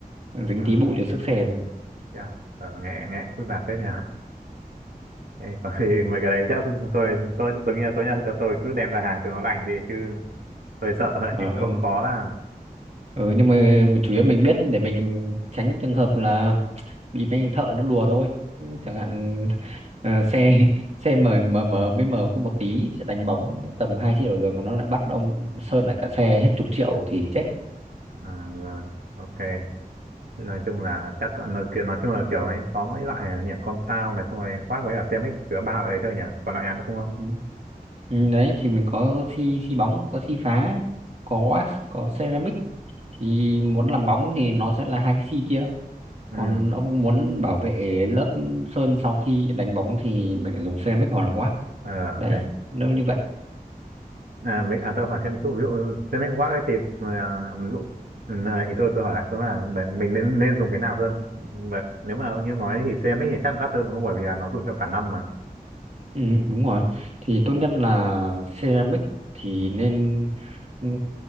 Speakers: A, on the right; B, on the right.
A: dính
B: À,
A: tí bụi để xước xe ra
B: thế à? Ờ, nghe nghe phức tạp phết nhỉ. Ê, Có khi <laughs> mấy cái đấy chắc chúng tôi tôi tôi nghĩ là tốt nhất là cho tôi cứ đem ra hàng cho nó lành đi chứ hơi sợ hơi
A: ờ
B: <laughs> khó,
A: ờ
B: khó làm.
A: ừ, nhưng mà, mà chủ yếu mình biết để mình tránh trường hợp là bị mấy thợ nó lùa thôi Chứ chẳng hạn ờ, xe <laughs> xe mờ mờ mờ mới mờ có một tí chứ đánh bóng tầm hai chiếc đầu được còn nó lại bắt ông sơn lại cả xe hết chục triệu thì chết
B: À, rồi. Ok. Nói chung là chắc nói, kiểu- nói chung là kiểu mấy có mấy loại nhỉ compound này chung rồi quát với cả CMX chứa ba loại đấy thôi nhỉ còn lại ăn nữa không không
A: ừ. Ừ, đấy thì mình có xi xi bóng có xi phá có wax có ceramic thì muốn làm bóng thì nó sẽ là hai cái xi kia
B: ừ
A: còn ông muốn bảo vệ lớp sơn sau khi đánh bóng thì mình lại dùng ceramic hoặc là wax
B: Ờ,
A: đấy
B: ok
A: nếu như vậy
B: à, với, à, tôi hỏi thêm một chút ví dụ streaming work ấy thì à, ví dụ ừ, à, ý tôi tôi hỏi lại tôi là bạn- mình nên nên dùng cái nào hơn Và nếu mà như nói thì streaming thì chắc đắt hơn đúng không bởi vì là nó dùng cho cả năm mà
A: ừ, đúng rồi thì tốt nhất là ceramic thì nên ừm,